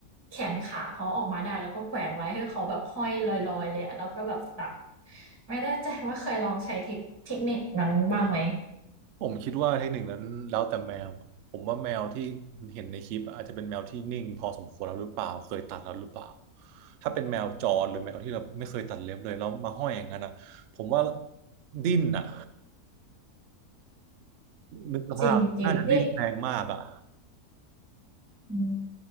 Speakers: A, on the right; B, on the right.
A: แขนขาเขาออกมาได้แล้วก็แขวนไว้ให้เขาแบบห้อยลอยๆเลยอะแล้วก็แบบตัดไม่แน่ใจว่าเคยลองใช้เทคเทคนิคนั้นบ้างไหม
B: ผมคิดว่าเทคนิคนั้นแล้วแต่แมวผมว่าแมวที่เห็นในคลิปอาจจะเป็นแมวที่นิ่งพอสมควรแล้วหรือเปล่าเคยตัดแล้วหรือเปล่าถ้าเป็นแมวจรหรือแมวที่เราไม่เคยตัดเล็บเลยแล้วมาห้อยอย่างนั้นอ่ะผมว่าดิ้นอ่ะ นึกสภาพน่าจะดิ้นแรงมากอ่ะ
A: จริงจริงนี่อืม